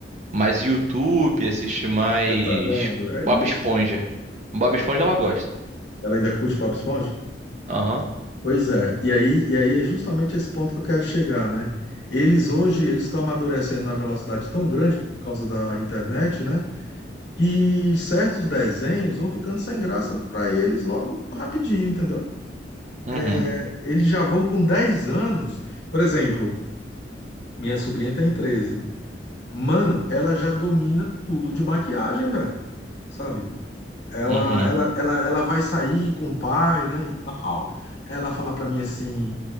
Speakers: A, on the right; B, on the left.
A: mais YouTube, assiste mais
B: Você tá vendo?
A: Bob
B: É isso.
A: Esponja. Bob Esponja ela gosta.
B: Ela ainda curte Bob Esponja?
A: Aham.
B: Pois é, e aí, e aí é justamente esse ponto que eu quero chegar, né? Eles hoje, eles estão amadurecendo na velocidade tão grande por causa da internet, né? Que certos desenhos vão ficando sem graça para eles logo rapidinho, entendeu?
A: Uhum.
B: É, eles já vão com 10 anos, por exemplo, minha sobrinha tem treze Mano, ela já domina tudo de maquiagem, velho, sabe? Ela,
A: Uhum.
B: ela, ela, ela vai sair com o pai, né, e tal. Ela fala para mim assim,